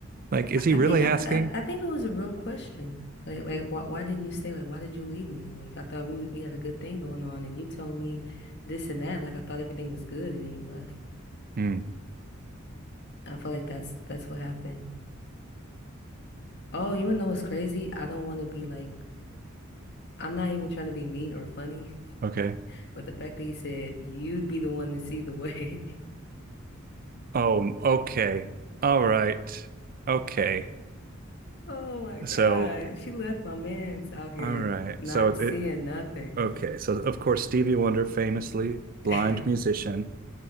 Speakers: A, on the right; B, on the left.
A: Like, is
B: I
A: he
B: I
A: really
B: think I,
A: asking?
B: I I think it was a real question. Like like why why didn't you stay? Like why did you leave me? Like I thought we we had a good thing going on and you told me this and that. Like I thought everything was good and then you left.
A: Hmm.
B: I feel like that's that's what happened. Oh, you wanna know what's crazy? I don't want to be like I'm not even trying to be mean or funny.
A: Okay.
B: But the fact that he said you'd be the one to see the way. <laughs>
A: Oh, okay. All right. Okay.
B: Oh my God.
A: So,
B: She left my man's out here
A: all right.
B: not
A: So it,
B: seeing
A: it
B: nothing.
A: okay. So of course Stevie Wonder famously blind
B: <laughs>
A: musician.